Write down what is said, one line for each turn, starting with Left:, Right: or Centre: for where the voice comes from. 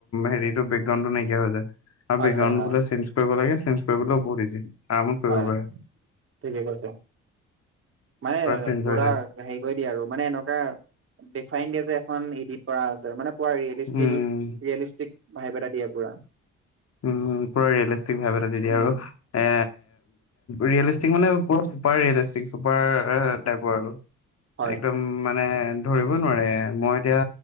Left: হেৰি তু বেকগ্ৰাওন্ড নাইকিয়া যায়, আৰু
Right: হয়
Left: বেকগ্ৰাওন্ড
Right: হয় হয়
Left: চে্ন্জ কৰিব লাগে চে্ন্জ কৰিবলৈও বহুত ইজি আৰামত কৰিব
Right: হয়,
Left: পাৰে
Right: ঠিকে কৈছে মানে
Left: চেঞ্জ
Right: পুৰা
Left: হৈ যায়।
Right: হেৰি কৰি দিয়ে আৰু মানে এনেকুৱা দেখুৱাই নিদিয়ে যে এখন ইডিট কৰা হৈছে। মানে পুৰা ৰীয়েলষ্টিল,
Left: উম
Right: ৰীয়েলষ্টিক ভাইভ এটা দিয়ে পুৰা।
Left: উম, পুৰা ৰিয়েলিষ্টিক ভাইব এটা দি দিয়ে
Right: উম,
Left: আৰু এ ৰিয়েলিষ্টিক মানে চুপাৰ ৰিয়েলিষ্ট চুপাৰ টাইপৰ আৰু
Right: হয়,
Left: একদম মানে ধৰিব নোৱাৰে মই এতিয়া